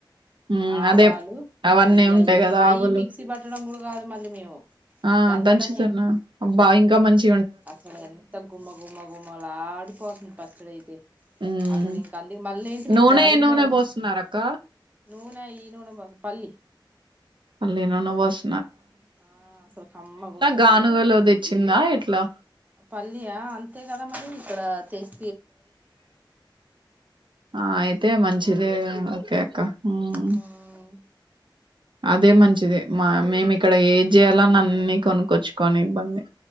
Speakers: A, on the right; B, on the right.
A: హమ్
B: ఆవాలు
A: అదే అవన్నీ
B: అయి
A: ఉంటాయి
B: అయి
A: గదా
B: మీ అయి
A: ఆవులు
B: మిక్సీ పట్టడం కూడా కాదు మళ్ళీ మేము
A: ఆ
B: దంచడమే
A: దంచుతున్నా అబ్బా ఇంక మంచ్
B: అసలు ఎంత గుమ గుమ గుమలాడిపోతుంది పచ్చడైతే
A: హ్మ్
B: అసలు ఇంక అల్లి మళ్ళీ ఏంటిది
A: నూనె
B: జాడిల్లోనే
A: ఏ నూనె పోస్తున్నారు అక్క
B: నూనే ఈనూనె బస్ పల్లి
A: పల్లినన్ వస్
B: ఆ అసలు కమ్మగా ఉంటుంది
A: గానుగలో తెచ్చిందా ఎట్లా
B: పల్లియా అంతే గదా మరి ఇక్కడా తెస్
A: ఆ ఐతే మంచిదే ఓకె అక్క హ్మ్
B: హమ్
A: అదే మంచిది మ మేమిక్కడ ఏది చేయాలన్న అన్ని కొనుక్కొచ్చుకని ఇబ్బంది